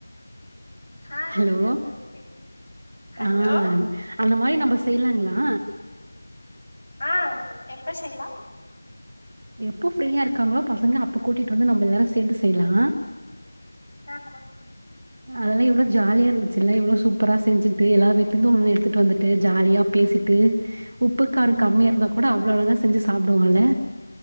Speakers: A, on the left (about 30°); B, on the right (about 30°).
A: ஹா
B: ஹலோ
A: ஞாபகருக்கு ஹலோ
B: ஆ அந்த மாரி நாம செய்லாங்ளா
A: ஆ எப்ப செய்லா
B: எப்போ ஃப்ரீயா இருக்காங்களோ பசங்க அப்ப கூட்டிட்டு வந்து நம்ம எல்லாரு சேந்து செய்லா
A: ஆ ஓ
B: அதெல்லா எவ்ளோ ஜாலியா இருந்துச்சுல்ல எவ்ளோ சூப்பரா செஞ்சுட்டு எல்லா வீட்லிருந்து ஒன்னு ஒன்னு எடுத்துட்டு வந்துட்டு ஜாலியா பேசி ட்டு உப்பு கார கம்மியா
A: ம்
B: இருந்தா கூட அவ்ள அழகா செஞ்சு சாப்டுவோல்ல